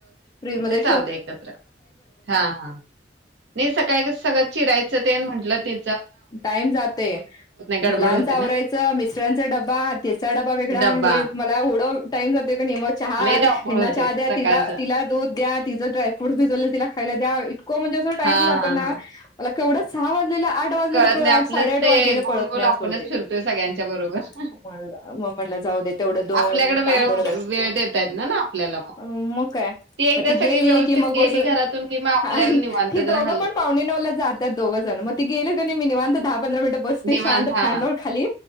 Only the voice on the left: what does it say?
फ्रिज मध्ये
टाईम जातय
मुलांच
आवरायचं.
मिस्ट्रांचा डबा, त्याचा डबा वेगळा
हे मला येवढ टाइम जातोय कणी मग चहा
ह्याना
चहा द्या.
तिला तिला दूध द्या तिचं डायफ्रुट भिजवलेल तिला खायला द्या. इतकं म्हणजे अस टाईम
जातो
ना.
मला - तेवढा सहा वाजलेल - आठ वाजलेल
कळ
आठ
साडे आठ
वाजलेले
कळत
नाही
अस होते
म म्हटलंय जाऊ द्या तेवढ दोन
तासभर
च
मग काय
ती
गेली.
की मग
बसुन
हा
ती
दोघ
पण पावणे नऊला जात्यात दोघ जण मग ती गेलीत मी निवांत दहा, पंधरा मिनट बसते
शांत
फॅन लावुन खाली